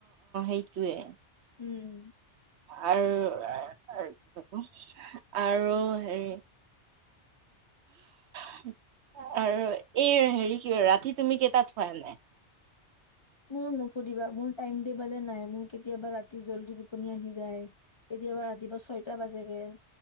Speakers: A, on the right; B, on the left.
A: ইটোৱে।
B: উম
A: আৰ-ৰু আৰু কি কয় এটো আৰু হেৰি
B: <inaudible>
A: <inaudible> আৰু এই হেৰি কি ৰাতি তুমি কেইটাত শুৱা এনে?
B: মোৰ নুসুধিবা মোৰ টাইম টেবলে নাই, মোৰ কেতিয়াবা ৰাতি জল্দি টোপনি আহি যায়। কেতিয়াবা ৰাতিপুৱা ছয়টা বাজেগে,